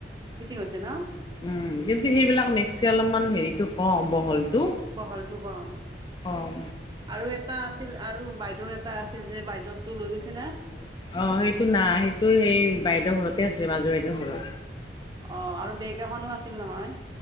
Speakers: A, on the right; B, on the left.
A: ফিটিং হৈছে ন'?
B: উম, কিন্তু সেইবিলাক মেক্সি অলপমান হেৰিটো ক'ম বহলটো।
A: বহলটো ক'ম
B: কম
A: আৰু এটা আছিল। আৰু বাইদেউৰ এটা আছিল যে বাইদেউৰ তো লৈ গৈছে না?
B: অ' সেইটো নাই সেইটো সেই বাইদেউৰ ঘৰতে আছে মাজু বাইদেউৰ ঘৰত।
A: অ' আৰু বেকগ্ৰাউখনো আছিল নহয়।